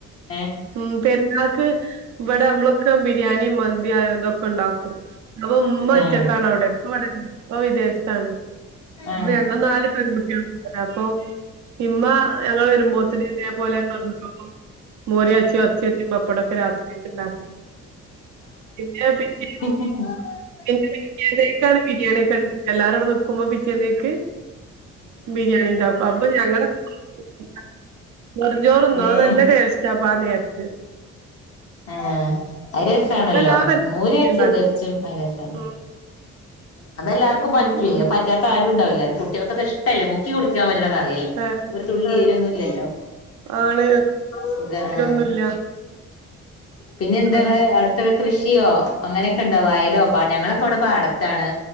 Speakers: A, on the left; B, on the right.
A: ഏഹ്
B: ഉം പെരുന്നാക്ക് ഇവടെ നമ്മളൊക്കെ ബിരിയാണി, മന്തി അതൊക്കെ ഇണ്ടാക്കും അപ്പ ഉമ്മ
A: ആ
B: ഒറ്റക്കാണ് അവ്ടെ <unintelligible> ഇപ്പ വിദേശത്താണ് അപ്പൊ
A: ആ
B: ഞങ്ങള് നാല് <unintelligible> അപ്പൊ ഇമ്മ ഞങ്ങള് വെരുമ്പോത്തിന് ഇതേ പോലെ വെറും ചോറും മോര്യാച്ചിയതും, എർച്ചി വേര്റ്റിയതും, പപ്പടും ഒക്കെ രാത്രികക്ക് ഇണ്ടാകി പിന്നെ പിറ്റേന്ന്
A: ക്ക
B: <unintelligible> പിറ്റേന്നക്കാണ് ബിരിയാണി ഒക്കെ എല്ലാരും അവ്‌ടെ നിക്കുമ്പോ പിറ്റേന്നകക്ക് ബിരിയാണി ഇണ്ടാക്കും അപ്പൊ ഞങ്ങ <unintelligible> വെർചോറ്ന്നോ
A: ഏഹ്
B: അത് നല്ല ടേസ്റ്റാ പ്പ ആ നേര്ത്ത്
A: ആഹ് അത് രസാണല്ലോ
B: ഇങ്ങളെല്ലാ പരിപാടിക്കും
A: മോരാച്ചിയതും
B: ഇണ്ടാക്കും.
A: എർച്ചും അത് രസന്നെ
B: ഉം
A: അത് എല്ലാർക്കും പറ്റേ
B: ഉം ഉം
A: പറ്റാത്ത ആരും ഇണ്ടാവൂല കുട്ട്യാൾക്കോക്കെ ഇഷ്ടല്ലേ മുക്കി കുടിക്കാൻ പറ്റുന്ന കറിയെല്ലേ
B: ഏഹ്
A: ഒരു തുള്ളി തീരൊന്നുല്ലല്ലോ
B: ആള്
A: സുഖ
B: ഇതൊന്നുല്ല
A: ആഹ് പിന്നെ എന്താങ്ങള്
B: അതെ.
A: അവിട് ത്രേ കൃഷിയോ അങ്ങനെക്കെ ഇണ്ടോ വയലോ ഞങ്ങളൊക്കെ ഇവടെ പാടത്താണ്